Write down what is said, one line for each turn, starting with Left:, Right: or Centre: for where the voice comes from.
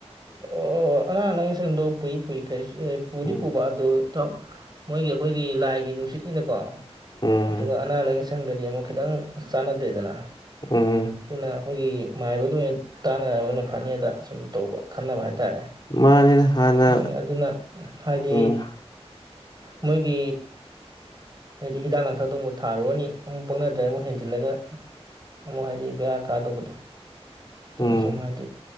Right: ꯑꯣ ꯑꯉꯥꯡ ꯂꯥꯡꯉꯁꯪꯗꯣ ꯄꯨꯏ ꯄꯨꯏꯀꯥꯏ ꯄꯨꯗꯤ
Left: ꯎꯝ
Right: ꯄꯨꯕ ꯑꯗꯨꯣ <unintelligible> ꯃꯣꯏꯒꯤ ꯑꯩꯈꯣꯏꯒꯤ ꯂꯥꯏꯒꯤ ꯅꯨꯡꯁꯤꯠꯅꯤꯅꯀꯣ
Left: ꯎꯝ
Right: ꯑꯗꯨꯒ ꯑꯅꯥ <unintelligible> ꯏꯁꯪꯒꯗꯤ ꯑꯃꯨꯛ ꯈꯤꯇꯪ ꯆꯥꯟꯅꯗꯦꯗꯅ
Left: ꯎꯝ
Right: ꯑꯗꯨꯅ ꯑꯩꯈꯣꯏꯒꯤ ꯃꯥꯏꯕꯗ ꯑꯣꯏꯅ ꯇꯥꯟꯅꯔꯝꯕꯅ ꯐꯅꯤꯗ ꯁꯨꯝ ꯇꯧꯕ ꯈꯟꯅꯕ ꯍꯥꯏ ꯍꯥꯏ ꯇꯔꯦ
Left: ꯃꯥꯅꯤꯅ ꯍꯥꯟꯅ
Right: ꯃꯥ ꯃꯥꯅꯤ ꯑꯗꯨꯅ ꯍꯥꯏꯗꯤ
Left: ꯎꯝ
Right: ꯃꯣꯏꯒꯤ ꯍꯥꯏꯗꯤ ꯍꯤꯗꯥꯛ ꯂꯥꯡꯊꯛꯛꯇ ꯑꯃꯨꯛ ꯊꯥꯔꯨꯔꯅꯤ ꯑꯃꯨꯛ ꯄꯛꯅꯗ꯭ꯔꯒ ꯑꯃꯨꯛ ꯍꯦꯟꯖꯤꯜꯂꯒ ꯑꯃꯨꯛ ꯍꯥꯏꯗꯤ ꯕꯦꯔꯥ ꯀꯥꯗꯧꯕꯗꯣ ꯑꯗꯨꯅꯁꯨꯨꯝ
Left: ꯎꯝ
Right: ꯍꯥꯏꯗꯤ